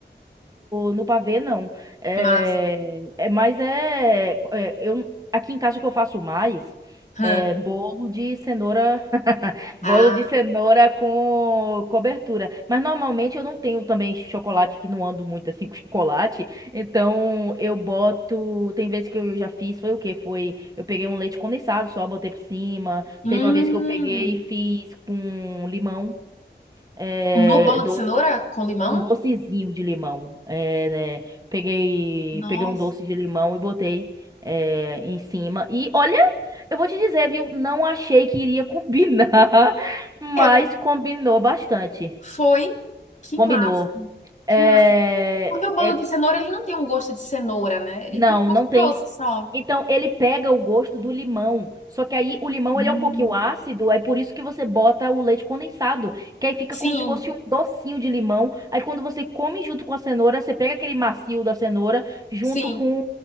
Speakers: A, on the right (about 20°); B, on the left (about 40°).
A: no pavê, não. É,
B: Massa.
A: é, mas é, é, eu, aqui em casa o que eu faço mais
B: Hã.
A: é bolo de cenoura, <laughs>
B: Ah,
A: bolo de cenoura com cobertura. Mas normalmente eu não tenho também chocolate, que não ando muito assim com <laughs> chocolate. Então eu boto. Tem vezes que eu já fiz, foi o quê? Foi. Eu peguei um leite condensado só, botei por cima.
B: hum.
A: Teve uma vez que eu peguei e fiz com limão. É,
B: No bolo de cenoura com limão?
A: um docezinho de limão. É, né? Peguei,
B: Nossa.
A: peguei um doce de limão e botei é, em cima. E olha, eu vou te dizer, viu? Não achei que iria combinar, <laughs> mas
B: É, tu-
A: combinou bastante.
B: foi. Que
A: Combinou.
B: massa. Que
A: É,
B: massa. Porque o bolo
A: é
B: de cenoura, ele não tem um gosto de cenoura, né? Ele
A: Não,
B: tem um gosto
A: não tem.
B: doce só.
A: Então, ele pega o gosto do limão. Só que aí o limão
B: Hum.
A: ele é um pouquinho ácido, é por isso que você bota o leite condensado, que aí fica
B: Sim,
A: como se fosse um docinho de limão. Aí quando você come junto com a cenoura, você pega aquele macio da cenoura junto
B: sim.
A: com